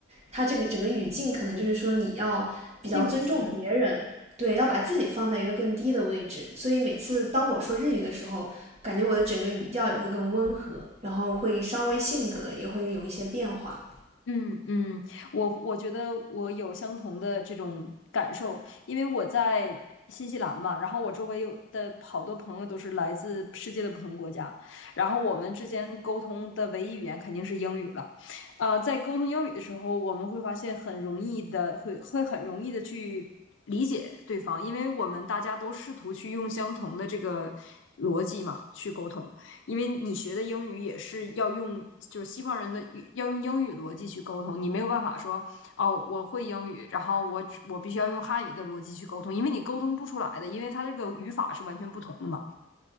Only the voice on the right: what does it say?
它这个整个语境，可能就是说你要比较尊重别人，
对，要把自己放在一个更低的位置，所以每次当我说日语的时候，感觉我的整个语调也会更温和，然后会稍微性格也会有一些变化。